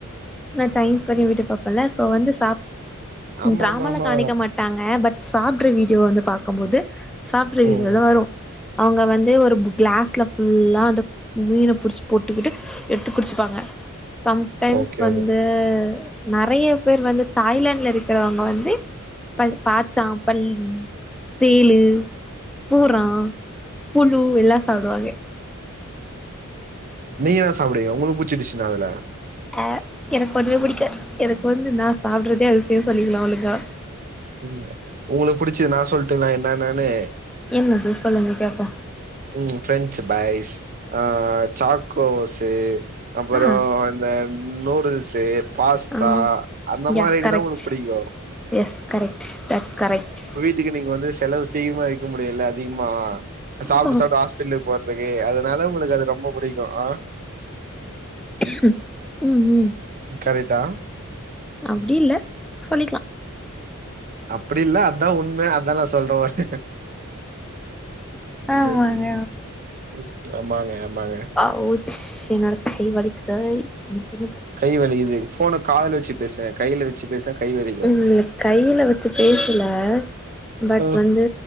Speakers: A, in the centre; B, on the right.
A: நா சைன் கொரயு வீடீயூப் பாப்பேல சோ வந்து சாப்
B: ஆமா
A: ம் ட்ராமால
B: ஆமா ஆமா
A: காணிக்க மாட் ட்டாங்க பட் சாப்ட்ற வீடியோ வந்து பாக்கும்போது சாப்ட்ற வீடியோல
B: ம்
A: வரு அவங்க வந்து ஒரு பு க்ளாஸ்ல ஃபுல்லா அந்த மீன புடுச்சு போட்டுக்கிட்டு எடுத்து குடிச்சிப்பாங்க சம்டைம்ஸ்
B: ஓகே
A: வந்து
B: ஓகே
A: நறையா பேர் வந்து தாய்லாண்ட்ல இருக்குறவங்க வந்து ப பாட்ச்சா பல்லி தேளு பூர்ரா புழு எல்லா சாப்புடுவாங்க
B: நீங்க என்ன சாப்புடுவீங்க உங்களு புட்ச்ச டிஸ் என்ன அதுல
A: ஆ எனக்கு ஒன்னுமே புடிக்காத் எனக்கு வந்து நா சாப்ட்றதே அதிசயொ சொல்லிக்கலா அவ்ளோதா
B: ம் உங்களுக்கு புடுச்சு நா சொல்லட்டுங்ளா என்னென்னென்னு
A: என்னது சொல்லுங்க கேப்போ
B: ம் ஃப்ரெஞ்சு ஃப்ரைஸ் ஆ சாக்கோசு அப்பறோ
A: ஆ
B: இந்த நூடுல்ஸ்ஸு பாஸ்தா
A: ஆ
B: அந்த
A: யா
B: மாரி இதுதா
A: கரெக்ட்
B: உங்களுக்கு புடிக்கு
A: எஸ் கரெட் தட்ஸ் கரக்ட்
B: இதுக்கு நீங்க வந்து செலவு சீக்கமா ஐஸ்ட்டு முடியு இல்ல அதிக்மா சாப்ட்டு
A: ஓ
B: சாப்ட்டு ஹாஸ் பிட்டலுக்கு போறதுக்கு அதனால உங்களுக்கு அது ரொம்ப புடிக்கு ஆ
A: ம் ம்
B: கரெட்டா
A: அப்டி இல்ல சொல்லிக்லா
B: அப்டி இல்ல அதா உண்ம அதா நா சொல்றவர்க்
A: ஆமாங்க
B: ம் ம் ஆமாங்க ஆமாங்க
A: ஔவ்ஸ் என்னோட கை வலிக்குதொய் என்ன பண்ண
B: கை வலிக்குது ஃபோன காதுல வெச்சு பேசு கைல்ல வெ வெச்சு பேசுனா கை வலி
A: ம் கைல்ல வெச்சு பேசல பட்
B: ஆ
A: வந்து